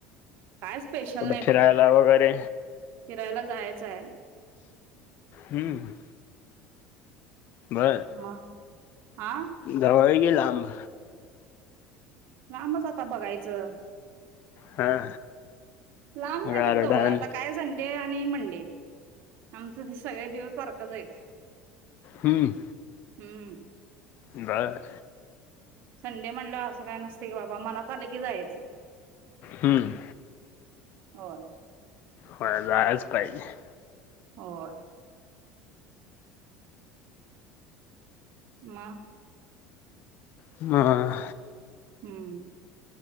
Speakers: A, on the right; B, on the left.
A: काय स्पेशल
B: कुठं
A: नाही बघ,
B: फिरायला वगैरे
A: फिरायला जायचं हाय.
B: हम्म. बर,
A: मग हा
B: जवाई की लांब?
A: लांबच आता बघायचं.
B: हा.
A: लांब नाही
B: गार्डन
A: तर जवळ आता काय ज डे आणि मंडे, आमचं ते सगळे दिवस सारखंच हाईत.
B: हम्म.
A: हम्म.
B: बर.
A: संडे म्हणल्या वर असं काय नसतय की बाबा मनात आलं की जायचं.
B: हम्म.
A: होय.
B: होय जायाच पाहिजे.
A: होय. म.
B: म.
A: हम्म,